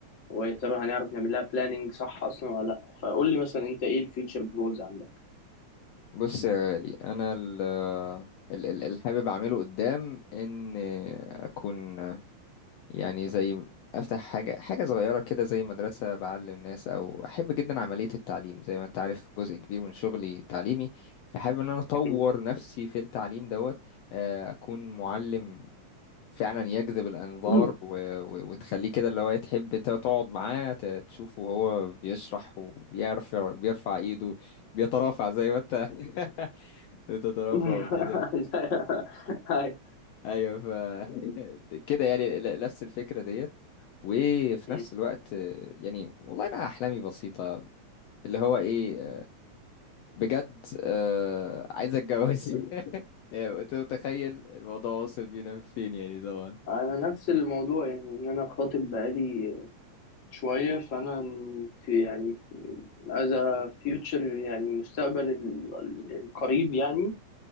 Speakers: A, on the left; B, on the left.
A: ويا ترى هنعرف نعمل لها بلاننج صح اصلا ولا لا فقول لي مثلا انت ايه الفيوتشر جولز عندك
B: بص يا غالي انا ال ال- ال- اللي حابب اعمله قدام ان اكون يعني زي افتح حاجه حاجه صغيره كده زي مدرسه بعلم الناس او احب جدا عمليه التعليم زي ما انت عارف جزء كبير من شغلي تعليمي فحابب ان انا اطور
A: مم.
B: نفسي في التعليم دوت آه، اكون معلم فعلا يجذب الانظار
A: مم.
B: و... و... وتخليه كده اللي هو تحب تقعد معاه ت- تشوفه وهو بيشرح وبيرفع بيرفع ايده بيترافع زي ما انت <laughs> تترفع
A: <laughs>
B: وكده
A: هاي.
B: ايوه ف <laughs> كده يعني ل- نفس الفكره ديت وفي
A: مم.
B: نفس الوقت آه، يعني والله انا احلامي بسيطه اللي هو ايه آه، بجد آه، عايز اتجوز <laughs> يعني أنت متخيل الموضوع واصل بينا فين يعني طبعا
A: انا نفس الموضوع يعني ان انا خاطب بقالي شويه فانا في يعني في از فيوتشر يعني المستقبل ال- ال- القريب يعني